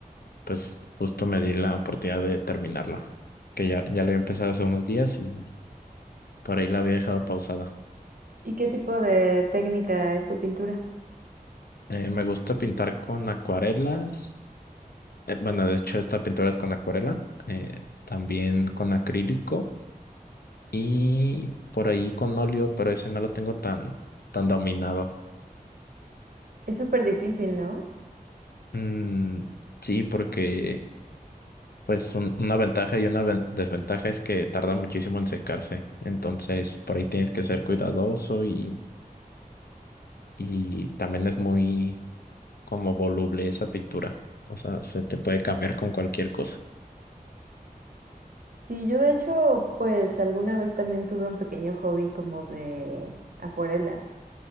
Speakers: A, on the left; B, on the right.
A: pues justo me di la oportunidad de terminarla, que ya, ya lo había empezado hace unos días y por ahí la había dejado pausada.
B: ¿Y qué tipo de técnica es tu pintura?
A: Eh, me gusta pintar con acuarelas Eh, Bueno, de hecho, esta pintura es con acuarela, eh, también con acrílico y por ahí con óleo, pero ese no lo tengo tan, tan dominado.
B: Es súper difícil, ¿no?
A: Mm, sí, porque pues un- una ventaja y una ven- desventaja es que tarda muchísimo en secarse. Entonces, por ahí tienes que ser cuidadoso y, y también es muy como voluble esa pintura. O sea, se te puede cambiar con cualquier cosa.
B: Sí, yo de hecho, pues alguna vez también tuve un pequeño hobby como de acuarela